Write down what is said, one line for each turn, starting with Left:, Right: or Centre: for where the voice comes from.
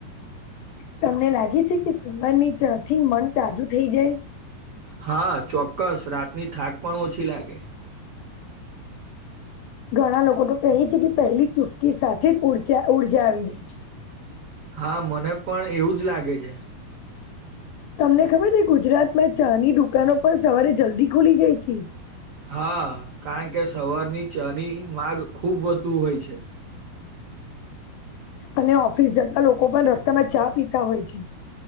Left: તમને લાગે છે, કે સવાર ની <unintelligible> થી મન તાજું થઈ જાય.
Right: હા ચોક્કસ રાતની થાક પણ ઓછી લાગે.
Left: ઘણા લોકો તો કહે છે કે પહેલી ચુસ્કી સાથે ઉજૉ ઉર્જા આવી જાય છે
Right: હા મને પણ એવું જ લાગે છે
Left: તમને ખબર છે ગુજરાતમાં ચાની દુકાનો પણ સવારે જલ્દી ખુલી જાય છે
Right: હા કારણ કે સવારની ચાની માગ ખૂબ વધુ હોય છે
Left: અને ઓફિસ જતા લોકો પણ રસ્તા માં ચા પીતા હોય છે